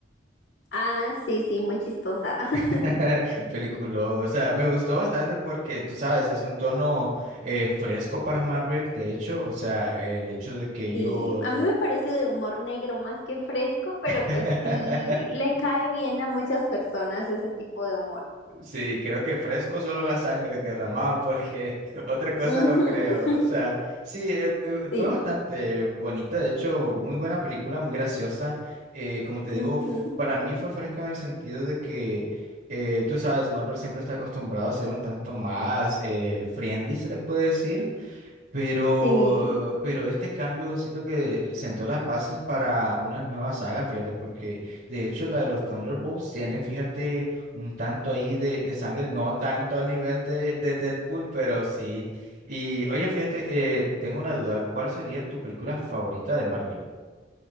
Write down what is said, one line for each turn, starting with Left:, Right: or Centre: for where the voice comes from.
Left: Ah, sí, sí, muy chistosa. <laughs>
Right: <laughs> peliculón, o sea, me gustó bastante porque, tú sabes, es un tono eh, fresco para Marvel, de hecho, o sea, el hecho de que ellos...
Left: Sí, a mí me parece de humor negro más que fresco, pero
Right: <laughs>
Left: pues sí, le cae bien a muchas personas ese tipo de humor.
Right: Sí, creo que fresco solo la sangre que derramaban, porque <laughs> otra cosa
Left: Ujú.
Right: no creo. O sea, sí, eh, eh,
Left: <laughs> Sí,
Right: fue bastante bonita, de hecho, muy buena película, muy graciosa. Eh, como te digo,
Left: ujú.
Right: f- para mí fue fresca en el sentido de que, eh, tú sabes, Marvel siempre está acostumbrado a ser un tanto más eh, friendly, se le puede decir. Pero,
Left: Sí,
Right: pero este cambio siento que sentó las bases para una nueva saga, fíjate, porque de hecho la de los Thunderbolts tiene, fíjate, un tanto ahí de, de sangre, no tanto al nivel de, de Deadpool, pero sí. Y oye, fíjate, eh, tengo una duda, ¿cuál sería tu película favorita de Marvel?